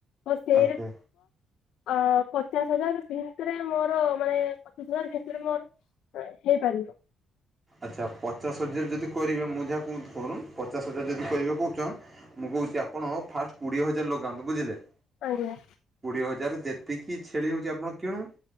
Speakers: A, on the left; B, on the right.
A: ଆ ସେ
B: ଓକେ।
A: ଅ ପଚାଶ ହଜାର ଭିତରେ ମୋର ମାନେ ପଚିଶ ହଜାର ସେରେ ମୋର ହେଇପାରିବ?
B: ଆଚ୍ଛା ପଚାଶ ହଜାର ଯଦି କରିବେ ମୁଁ ଯାହା କ କରୁନ୍ ପଚାଶ ହଜାର ଯଦି କରିବେ କହୁଛନ୍? ମୁଁ କହୁଛି ଆପଣ ଫାଷ୍ଟ କୋଡିଏ ହଜାର ଲଗାନ୍ତୁ ବୁଝିଲେ?
A: ଆଜ୍ଞା।
B: କୋଡିଏ ହଜାର ଯେତିକି ଛେଳି ହଉଛି ଆପଣ କିଣନ୍ତୁ।